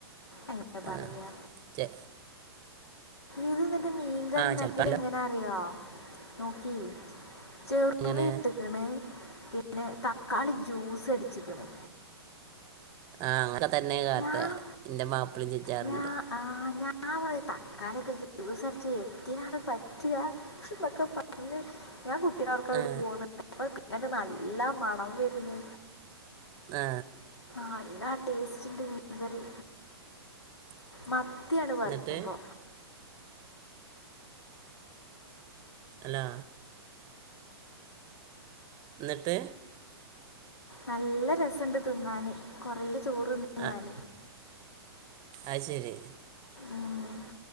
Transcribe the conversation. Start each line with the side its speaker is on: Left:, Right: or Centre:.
Left: അങ്ങനെ പറയാ
Right: ആഹ് ചെ
Left: ഇത് മറ്റെ മീൻകറി
Right: ആ
Left: ഇണ്ടാക്കിയത്
Right: ചിലപ്പോൾ
Left: എങ്ങനാ അറിയോ നോക്കി ചെറുള്ളി
Right: ഇങ്ങനെ
Left: ഇട്ട്ക്ക്ണ് പിന്നെ തക്കാളി ജ്യൂസടിച്ചിക്ക്ണ്
Right: ആഹ് അങ്ങന തന്നെ കാട്ടുക
Left: ഞാൻ
Right: എന്റെ മാപ്പിളെയും ചോദിക്കാറുണ്ട്.
Left: ഞാൻ ആ ഞാ ൻ തക്കാളി ഒക്കെ ജ്യൂസടിച്ചെ എത്തിനാണ് പറ്റാ അതൊക്കെ പറ ഇന്ന് ഞാൻ കുട്ടിനൊർക്കാ ങ്ങണ്ട്
Right: ആ
Left: പോന്ന് അപ്പ പിന്നണ്ട് നല്ല മണം വര്ന്
Right: ആ
Left: നല്ല ടേസ്റ്റ് ഇണ്ട് മീൻകറി. മത്ത്യാണ് പറയു
Right: എന്നിട്ട്
Left: യുമ്പോ
Right: ഹലോ എന്നിട്ട്
Left: നല്ല രസണ്ട് തിന്നാന് കൊറെ ചോറ് തിന്നു
Right: അ
Left: ഞാൻ
Right: അത് ശരി
Left: ഉം